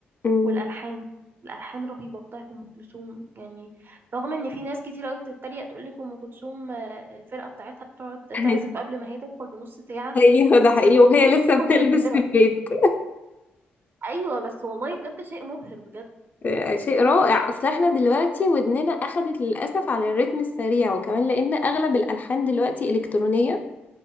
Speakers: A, on the left; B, on the right.
A: مم.
B: والالحان الالحان رهيبه بتاعت ام كلثوم يعني رغم ان في ناس كتير قوي بتتريق تقول لك ام كلثوم آه، الفرقه بتاعتها بتقعد
A: <laughs>
B: تعزف قبل ما هي تدخل بنص ساعه
A: ايوه ده
B: بس
A: حقيقي
B: بجد
A: وهي
B: موسيقى
A: لسه بتلبس
B: مبهره
A: في البيت
B: ايوه بس والله بجد شيء مبهر بجد
A: آه، شيء رائع اصل احنا دلوقتي ودننا اخدت للاسف على الريتم السريع وكمان لان اغلب الالحان دلوقتي الكترونيه